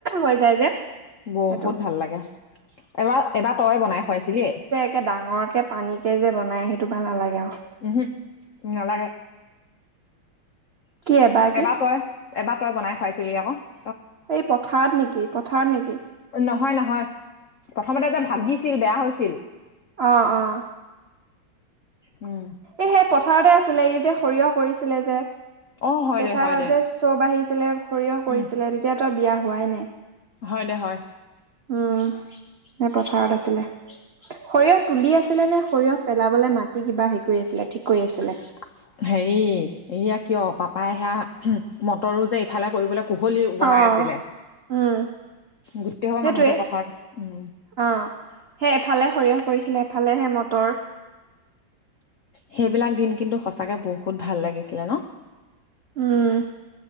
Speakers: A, on the right; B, on the left.
A: হৈ যায় যে
B: বহুত
A: সেইটো
B: ভাল লাগে এবাৰ এবাৰ তই বনাই খোৱাইছিলি
A: এ ডাঙৰকে পানীকে যে বনাই সেইটো ভাল নালাগে আও
B: উহু নালাগে
A: কি কি
B: এবাৰ তই এবাৰ তই বনাই খুৱাইছিলি আক
A: এই পথাৰত নেকি পথাৰত নেকি
B: নহয় নহয় প্ৰথমতে যে ভাগিছিল বেয়া হৈছিল
A: অ ', অ',
B: উম,
A: এই সেই পথাৰতে আছিলে ই যে সৰিয়হ কৰিছিলে যে
B: অ হয়
A: জেঠাই
B: দে হয় দে
A: যে চব বাঢ়িছিলে সৰিয়হ কৰিছিলে
B: উম
A: তেতিয়াতো বিয়া হোৱাই নাই
B: হয় দে হয়
A: উম এ পথাৰত আছিলে সৰিয়হ তুলি আছিল ছিলে নে সৰিয়হ পেলাবলে মাটি কিবা হেৰি কৰি আছিলে ঠিক কৰি
B: <inaudible>
A: আছিলে।
B: হেৰি এইয়া কিয় পাপাই সেয়া মটৰো যে এইফালে কৰিবলে কুহলি বনাই
A: অ
B: আছিলে
A: উম
B: গোটেই হোপা
A: সেইটোৱে
B: মানুহ যে পথাৰত উম,
A: অ, সেই এফালে সৰিয়হ কৰিছিলে এফালে সে মটৰ।
B: সেইবিলাক দিন কিন্তু সঁচাকৈ বহুত ভাল লাগিছিলে ন।
A: উম,